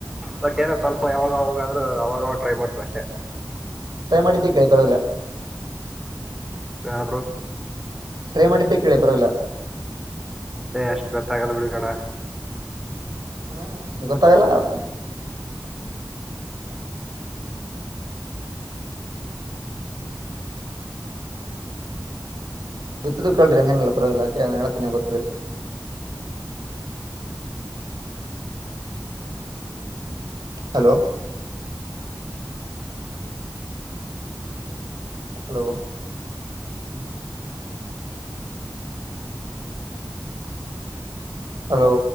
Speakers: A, in the centre; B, on the right.
A: ಬಟ್ ಏನ ಸ್ವಲ್ಪ ಯಾವಾಗಾವಾಗಾದ್ರರು ಅವಾಗವಾಗ ಟ್ರೈ ಮಾಡ್ತವಿ ಅಷ್ಟೆ.
B: ಹ್ಮ್ ಯ ಮಾಡಡಿದ್ದೀ ಕಳ್ರವಲ್ಲ
A: ಯ ಬ್ರೋ
B: ಟ್ರೈ ಮಾಡಿದ್ದೆ ಕೇಳಿ ಪರವಾಗಿಲ್ಲ
A: ಏ ಅಷ್ಟು ಗೊತ್ತಾಗಲ್ಲ ಬಿಡ್ಗೋಣ
B: ಹಾ ಗೊತ್ತಾಗಲ್ಲ ಅ ಬಿತ್ತದು ಕಲ್ ಎಂಗನಲ್ಲ ಪ್ರ ನಳತ್ತನ ಗತ್ತುದ್ರ ಹಲೋ ಹಲೋ ಹಲೋ